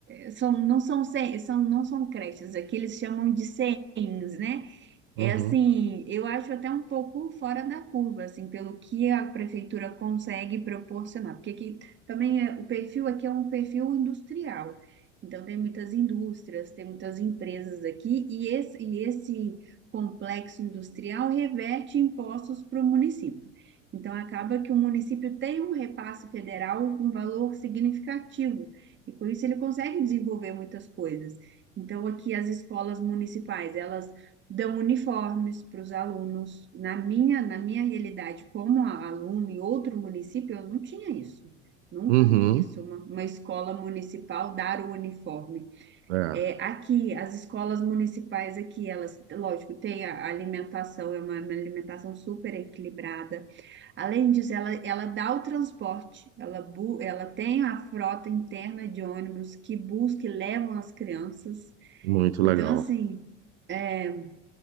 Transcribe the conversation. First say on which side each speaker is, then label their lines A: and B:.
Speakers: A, on the right; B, on the right.
A: ah, são, não são, cen- são, não são creches, aqui eles chamam de CENs, né? É
B: Uhum.
A: assim, eu acho até um pouco fora da curva, assim, pelo que a prefeitura consegue proporcionar, porque aqui também é, o perfil aqui é um perfil industrial. Então tem muitas indústrias, tem muitas empresas aqui, e esse, e esse complexo industrial reverte impostos para o município. Então acaba que o município tem um repasse federal com valor significativo, e com isso ele consegue desenvolver muitas coisas. Então, aqui as escolas municipais, elas dão uniformes para os alunos. Na minha, na minha realidade, como a- aluna em outro município, eu não tinha isso. Nunca
B: Uhum.
A: vi isso, uma, uma escola municipal dar o uniforme.
B: É,
A: É, aqui, as escolas municipais aqui, elas, lógico, tem a alimentação, é uma, uma alimentação super equilibrada. Além disso, ela, ela dá o transporte, ela, bu- ela tem a frota interna de ônibus que busca e levam as crianças.
B: muito
A: Então,
B: legal.
A: assim, é,